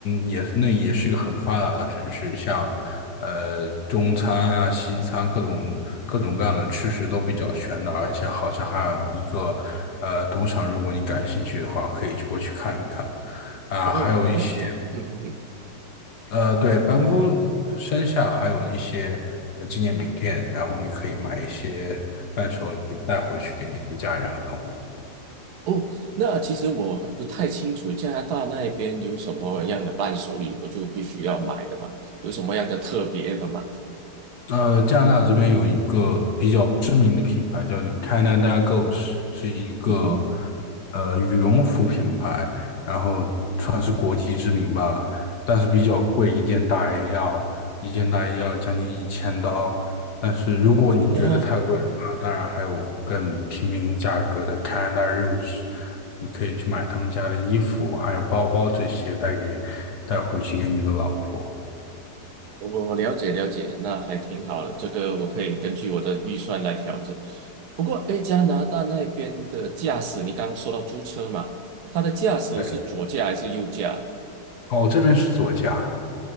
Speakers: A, on the left (about 65°); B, on the right (about 65°).
A: 也那也是一个很发达的城市，像呃中餐啊、西餐各种各种各样的吃食都比较全的，而且好像还有一个呃赌场，如果你感兴趣的话，可以过去看一看啊、
B: 哦，
A: 还有一些
B: 那那嗯嗯嗯。
A: 呃对班夫山下还有一些呃纪念品店，然后你可以买一些伴手礼给带回去给你的家人和朋友。
B: 哦，那其实我不太清楚加拿大那边有什么样的伴手礼，我就必须要买的嘛，有什么样的特别的吗？
A: 呃，加拿大这边有一个比较知名的品牌叫 Canada Goose，是一个
B: 嗯哼，
A: 呃羽绒服品牌，然后算是国际知名吧，但是比较贵，一件大衣要一件大衣要将近一千刀。但是如果你觉得太贵的话，
B: 哦，
A: 当然还有更平民价格的 Canada Rose，你可以去买他们家的衣服，还有包包这些带给带回去给你的老婆。
B: 我我了解了解，那还挺好的，这个我可以根据我的预算来调整。不过，诶，加拿大那边的驾驶，你刚刚说到租车嘛，它的驾驶是左驾还是右驾？
A: 对，哦，这边是左家。